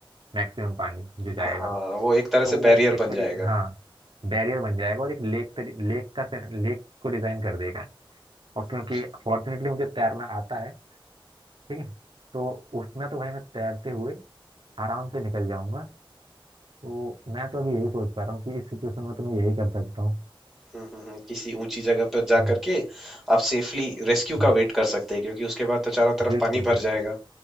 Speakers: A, on the right; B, in the centre.
A: मैक्सिमम पानी जो जाएगा
B: हाँ हाँ, वो एक तरह से
A: तो
B: बैरियर
A: वो एक
B: बन
A: तरीके
B: जाएगा
A: हाँ बैरियर बन जाएगा और एक लेक लेक का लेक को डिजाइन कर देगा और क्योंकि
B: अच्छा
A: फॉर्चुनेटली मुझे तैरना आता है ठीक है तो उसमें तो भाई मैं तैरते हुए आराम से निकल जाऊंगा तो मैं तो अभी यही सोच पा रहा हूँ कि इस सिचुएशन में तो मैं यही कर सकता हूँ
B: हम्म, हम्म, हम्म, किसी ऊंची जगह पर जा
A: हम्म,
B: करके आप सेफली रेस्क्यू
A: हम्म,
B: का वेट कर सकते हैं क्योंकि उसके बाद तो चारों तरफ
A: बिल्कुल
B: पानी भर
A: बिल्कुल
B: जाएगा